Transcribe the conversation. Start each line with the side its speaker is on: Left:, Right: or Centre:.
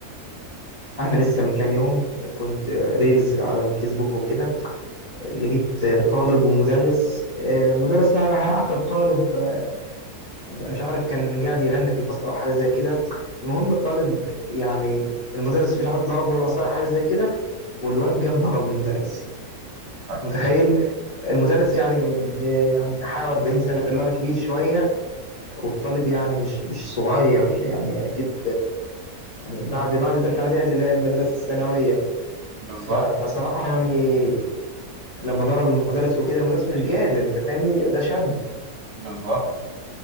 Left: أنا لسه من كام يوم كنت ريلز على الفيسبوك وكده لقيت طالب ومدرس آه، مدرس هيعاقب طالب آه، مش عارف كان قاعد يغني في الفصل او حاجه زي كده المهم الطالب يعني المدرس مش عارف ضربه بالعصايه حاجه زي كده والواد قام ضرب المدرس
Right: أيوة.
Left: متخيل المدرس يعني يعني حوالي 40 سنه فاللي هو كبير شويه والطالب يعني مش مش صغير يعني اكيد يعني بعد بعد ثالثه اعدادي اللي هي المدرسه الثانويه
Right: بالظبط
Left: ف- فصراحه يعني لما ضرب المدرس وكده المدرس مش قادر انت فاهمني ده شاب
Right: بالظبط